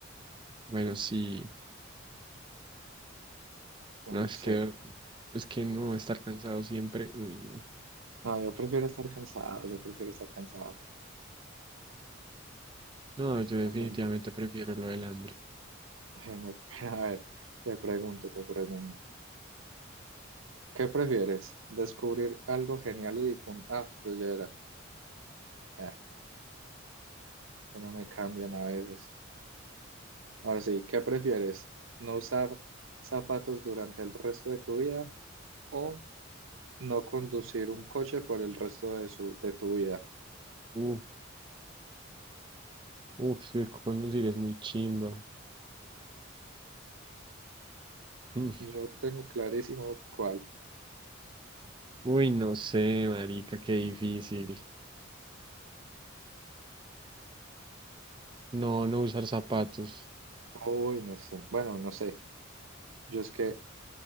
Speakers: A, on the right; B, on the right.
A: Bueno, sí,
B: Yo
A: no,
B: no
A: es
B: sé.
A: que, es que no estar cansado siempre, uy, no.
B: No, yo prefiero estar cansado, yo prefiero estar cansado.
A: No, yo definitivamente
B: A ver,
A: prefiero lo del hambre.
B: Bueno, <laughs> a ver, te pregunto, te pregunto. ¿Qué prefieres? ¿Descubrir algo genial y difundir? Ah, esto ya era. Ah, que no me cambian a veces. Ahora sí, ¿qué prefieres? ¿No usar zapatos durante el resto de tu vida o no conducir un coche por el resto de, su, de tu vida?
A: Uh, uf, es que conducir es muy chimba. Mm.
B: Yo tengo clarísimo cuál.
A: Uy, no sé, marica, qué difícil. No, no usar zapatos.
B: Uy, no sé. Bueno, no sé. Yo es que